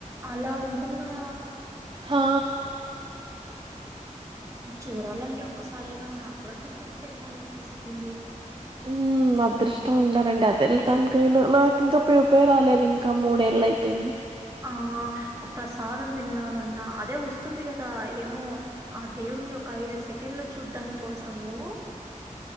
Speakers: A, on the right; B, on the right.
A: అలా ఉంటుందా
B: హా
A: చూడాలండి ఒక్కసారయినా నాకు కూడా తిరుపతికి వెళ్ళాలనిపిస్తుంది
B: ఉ అదృష్టం ఉండాలండి అది వెళ్ళటానికైన నాకు ఇంకా పిలుపే రాలేదు ఇంక్ ఇంకా మూడేళ్ళు అయిపోయింది
A: ఆ ప్రసాదం తిన్నలన్నా అదే వస్తుంది కదా ఏమో ఆ దేవుని ఒక ఐదు సెకెన్లు చూడ్డాని కోసము